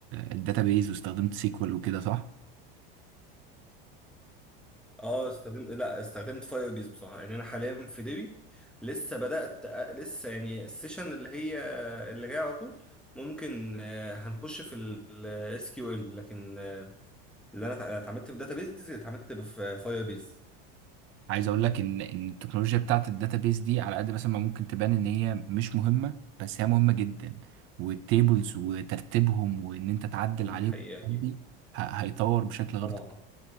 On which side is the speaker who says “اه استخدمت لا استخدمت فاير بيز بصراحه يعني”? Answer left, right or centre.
Centre